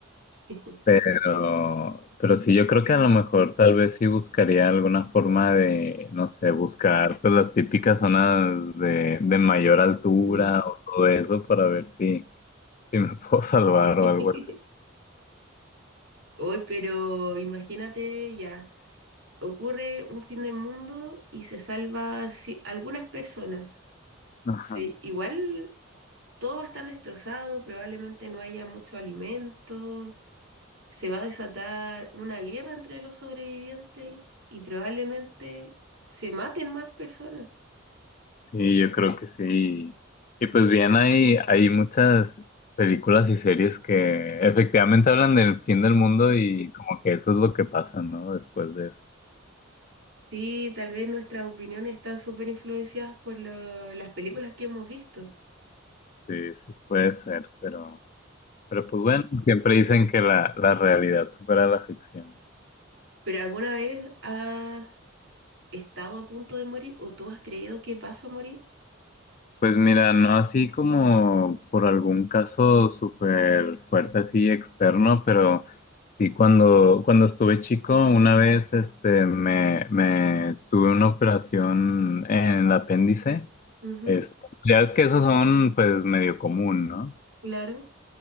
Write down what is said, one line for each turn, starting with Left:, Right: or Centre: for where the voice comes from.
Right: <laughs>
Left: Pero, pero sí, yo creo que a lo mejor tal vez sí buscaría alguna forma de, no sé, buscar pues las típicas zonas de, de mayor altura
Right: Mm.
Left: o todo eso para ver si, si me <laughs> puedo salvar
Right: <laughs>
Left: o algo así.
Right: Hoy, pero imagínate ya, ocurre un fin del mundo y se salva si- algunas personas.
Left: Ajá.
Right: Sí, igual todo va a estar destrozado, probablemente no haya mucho alimento, se va a desatar una guerra entre los sobrevivientes y probablemente se maten más personas.
Left: Sí, yo creo que sí. Y pues bien, hay, hay muchas películas y series que efectivamente hablan del fin del mundo y como que eso es lo que pasa, ¿no? Después de eso.
Right: Sí, tal vez nuestras opiniones están súper influenciadas por lo- las películas que hemos visto,
Left: Sí, sí puede ser, pero... Pero pues bueno, siempre dicen que la, la realidad supera la ficción.
Right: pero ¿alguna vez has estado a punto de morir o tú has creído que vas a morir?
Left: Pues mira, no así como por algún caso súper fuerte así externo, pero sí cuando, cuando estuve chico, una vez este me, me tuve una operación en el apéndice.
Right: Ujú,
Left: Este, ya es que esos son pues medio común, ¿no?
Right: claro.